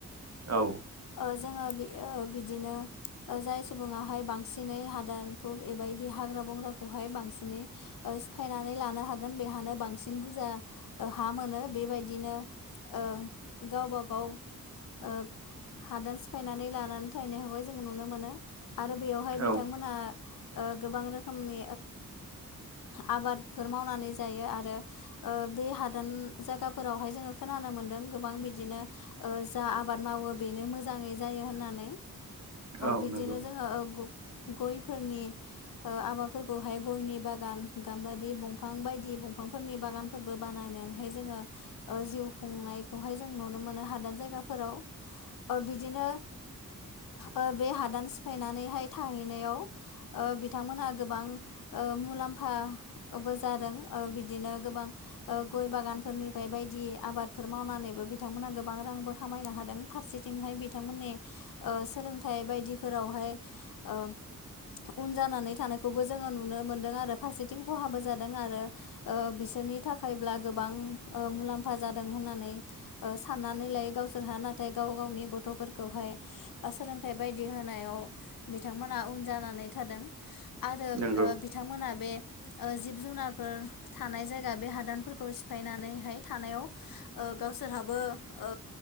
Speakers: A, on the right; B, on the left.
A: औ
B: ओ जोङो बिदिनो जाय सुबुङाहाय बांसिनै हादानखौ एबायदि बे हाग्रा बंग्राखौहाय बांसिनै सिफायनानै लानो हागोन बेहानो बांसिन बुरजा हा मोनो बेबायदिनो ओ गावबा गाव ओ हादान सिफायनानै लानानै थाहैनायखौहाय जों नुनो मोनो आरो बेयावहाय बिथांमोनहा
A: औ
B: गोबां रोखोमनि आबादफोर मावनानै जायो आरो। बे हादान जायगाफोरावहाय जोङो खोनानो मोन्दों गोबां बिदिनो जा आबाद मावो बेनो मोजाङै जायो होननानै।
A: औ
B: बिदिनो
A: नंगौ
B: जोङो गयफोरनि ओ आबादफोरखौहाय गयनि बागान गाम्बारि दंफां बायदि दंफांफोरनि बागानफोरबो बानायनानैहाय जोङो ओ जिउ खुंनायखौहाय जों नुनो मोनो हादान जायगाफोराव ओ बिदिनो ओ बे हादान सिफायनानैहाय थाहैनायाव ओ बिथांमोनहा गोबां ओ मुलाम्फाबो जादों ओ बिदिनो गोबां ओ गय बागानफोरनिफ्राय बायदि आबादफोर मावनानैबो बिथांमोनहा गोबां रांबो खामायनो हादों। फारसेथिंहाय बिथांमोननि ओ सोलोंथाइ बायदिफोरावहाय ओ उन जानानै थानायखौबो जोङो नुनो मोनदों आरो फारसेथिं खहाबो जादों आरो ओ बिसोरनि थाखायब्ला गोबां ओ मुलाम्फा जादों होननानै ओ साननानै लायो गावसोरहा नाथाय गाव गावनि गथ'फोरखौहाय ओ सोलोंथाइ बायदि होनायाव बिथांमोनहा उन जानानै थादों आरो
A: नंगौ
B: ओ बिथांमोना बे ओ जिब-जुनारफोर थानाय जायगा बे हादानफोरखौ सिफायनानैहाय थानायाव ओ गावसोरहाबो औ